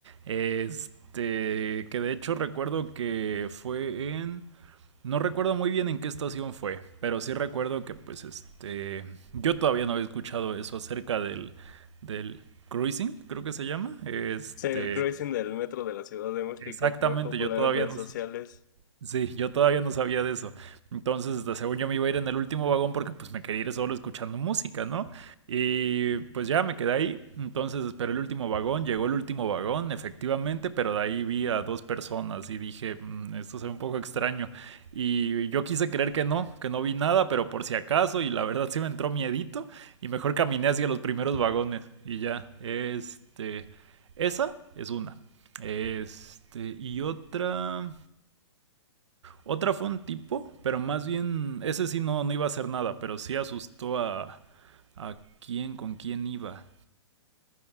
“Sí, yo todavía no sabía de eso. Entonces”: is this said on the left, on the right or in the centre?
Right